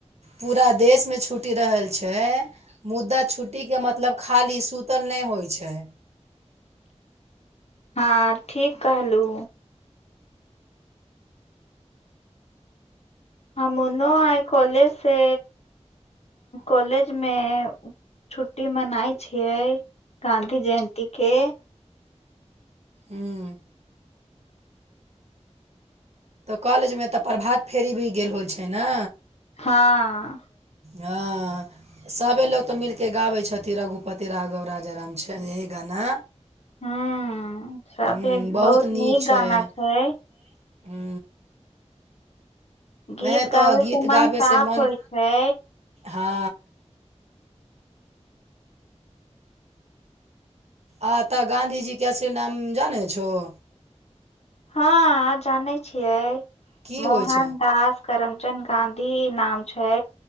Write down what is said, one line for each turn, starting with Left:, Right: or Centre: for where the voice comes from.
Right: पूरा देशमे छूट छुट्टी रहल छै मुद्दा छुट्टीके मतलब खाली सुतल नहि होइ छै
Left: हँ ठीक कहलहु ह ओनो आई कॉलेज से कॉलेज मे छुट्टी मनाय छियै गांधी जयंती के
Right: हँ तऽ कॉलेजमे तऽ प्रभात फेरी भी गेल होल छै ना
Left: हँ
Right: हा सभे लोक तऽ मिलि कऽ गाबै छथिन रघुपति राघव राजा राम छ येही गाना
Left: हूँ सभे
Right: ह बहुत नीक छै
Left: गाना
Right: ह
Left: छै गीत
Right: वैह तऽ
Left: गाबै
Right: गीत
Left: से मन
Right: गाबै
Left: साफ
Right: से मोन
Left: होइ छै
Right: हँ आ तऽ गाँधीजीकेै असली नाम जानै छहो
Left: हँ जानै छियै
Right: की
Left: मोहन
Right: होय छै
Left: दास करमचंद गांधी नाम छै